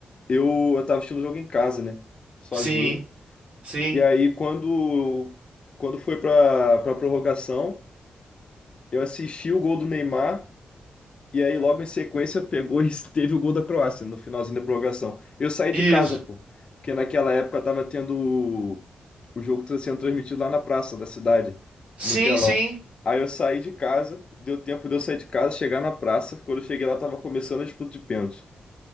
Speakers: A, on the left; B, on the right.
A: Eu, eu tava assistindo o jogo em casa, né? Sozinho.
B: Sim, sim.
A: E aí, quando, quando foi pra, pra prorrogação, eu assisti o gol do Neymar E aí, logo em sequência, pegou e <laughs> teve o gol da Croácia no finalzinho da prorrogação. Eu saí
B: Isso.
A: de casa, pô, porque naquela época tava tendo o o jogo tá sendo transmitido lá na praça da cidade,
B: Sim,
A: no telão.
B: sim.
A: Aí eu saí de casa, deu tempo de eu sair de casa, chegar na praça. Quando eu cheguei lá, tava começando a disputa de pênalti.